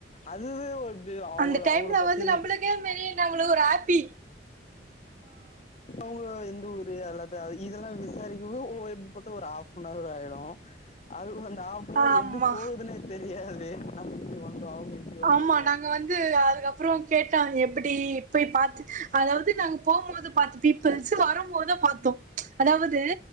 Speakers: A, on the left; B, on the right.
A: அதுவே ஒரு இப்டி அவங்க
B: அந்த டைம்ல
A: அவங்கள பத்தி
B: வந்து நம்மளுக்கே ஒரு மாறி நம்மளுக்கு ஒரு உப்பி
A: அவுங்க ல்ல இதெல்லா விசாரிக்க எப்டி பாத்தா ஒரு ஆப் அன் ஹவர் ஆயிடு அதுக்கு பிற ஹாபன் அவர்
B: ஆமா
A: எப்டி போகுதுன்னே தெரியாது ஆன இப்டி வந்தோ அவங்க இப்டி வந்தாங்க
B: ஆமா நாங்க வந்து அதுக்கப்றோ கேட்டா எப்டி போய் பாத்து அதாவது நாங்க போகும்போது பாத்த பீப்பிள்ஸ் வரும்போது பாத்தோ அதாவது